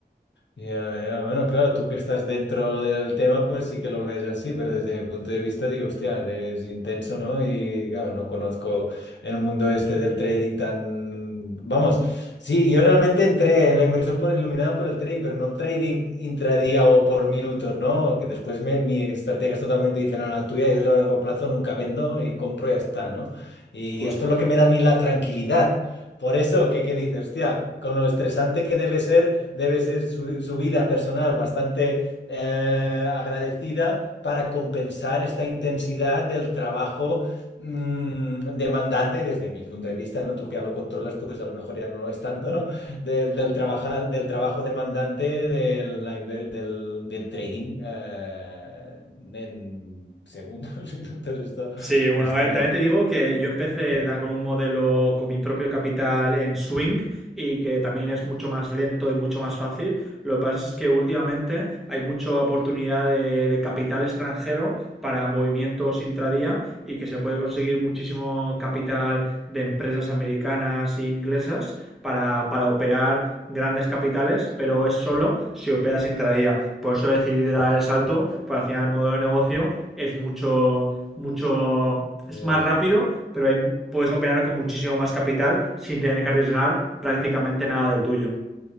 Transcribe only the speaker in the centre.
justo.
Sí, bueno,
a ver, también te digo que yo empecé da, con un modelo con mi propio capital en Swing y que también es mucho más lento y mucho más fácil. Lo que pasa es que últimamente hay mucha oportunidad de, de capital extranjero para movimientos intradía y que se puede conseguir muchísimo capital de empresas americanas e inglesas para, para operar grandes capitales, pero es solo si operas intradía. Por eso decidí dar el salto, porque al final el modelo de negocio es mucho, mucho, es
más rápido, pero puedes operar con muchísimo más capital sin tener que arriesgar prácticamente nada del tuyo.